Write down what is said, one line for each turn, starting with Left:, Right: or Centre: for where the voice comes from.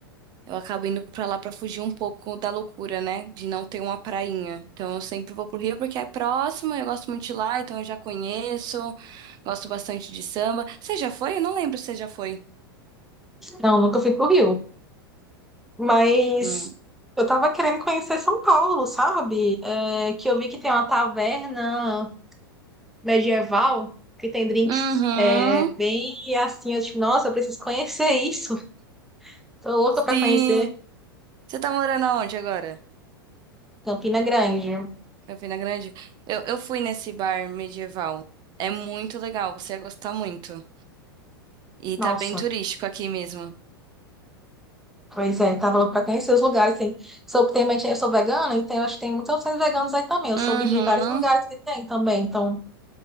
Right: eu acabo indo pra lá pra fugir um pouco da loucura, né? De não ter uma prainha. Então, eu sempre vou pro Rio porque é próximo, eu gosto muito de lá, então eu já conheço. Gosto bastante de samba. Você já foi? Eu não lembro se você já foi.
Centre: Não, nunca fui pro Rio, mas
Right: Hum.
Centre: eu tava querendo conhecer São Paulo, sabe? É, que eu vi que tem uma taverna medieval, que tem drinks
Right: Uhum.
Centre: é, bem assim, eu tipo, nossa, eu preciso conhecer isso, tô louca
Right: Sim.
Centre: pra conhecer
Right: Você tá morando aonde agora?
Centre: Campina Grande.
Right: Campina Grande? Eu, eu fui nesse bar medieval. É muito legal, você ia gostar muito. E
Centre: Nossa.
Right: tá bem turístico aqui mesmo.
Centre: Pois é, tá falando pra conhecer os lugares, tem. Soube, tem, mas eu sou vegana, então eu acho que tem muitas opções veganas aí também. Eu
Right: Uhum.
Centre: soube de vários lugares que tem também, então